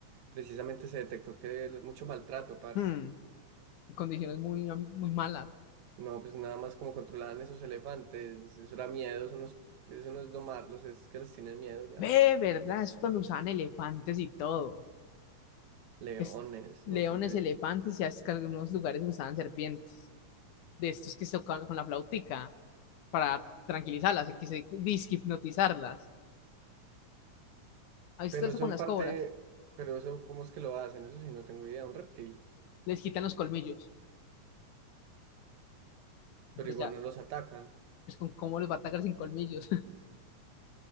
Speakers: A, on the right; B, on the left.
A: precisamente se detectó que el- mucho maltrato, parce.
B: Hmm, Condiciones muy, muy malas.
A: No, pues nada más como controlaban esos elefantes, eso era miedo, eso no es, eso no es domarlos, es que les tienen miedo ya.
B: Ve, ¿verdad? Es cuando usaban elefantes y todo.
A: Leones,
B: Es, leones,
A: no se utilizan.
B: elefantes, ya es que algunos lugares usaban serpientes. De estos que se tocaban con la flautica para tranquilizarlas y que se disque hipnotizarlas. ¿Has visto
A: Pero
B: eso
A: eso
B: con
A: en
B: las
A: parte,
B: cobras?
A: pero eso, ¿cómo es que lo hacen? Eso sí, no tengo idea, un reptil.
B: Les quitan los colmillos.
A: Pero
B: Pues
A: igual
B: ya,
A: no los atacan.
B: pues con cómo los va a atacar sin colmillos.